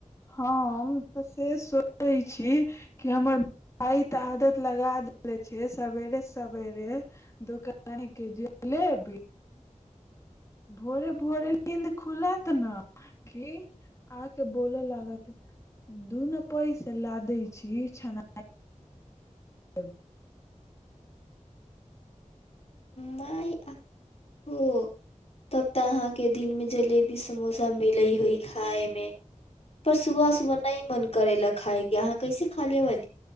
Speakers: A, on the left; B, on the left.
A: हम तऽ से सोचै छी कि हमर भाई‌ तऽ आदत लगा देेले छैय सवेरे सवेरे दोकान के जलेबी भोरे भोरे नीन्द खुलत ने कि आ त बोले लागत दू न पैसा ला दै छी छना <unintelligible>
B: माय ओ तब तऽ अहाँके दिन मे जलेबी समोसा मिले होई खाय मे पर सुबह सुबह नहि मन करे ला खायके अहाँ कैसे खा ले वाली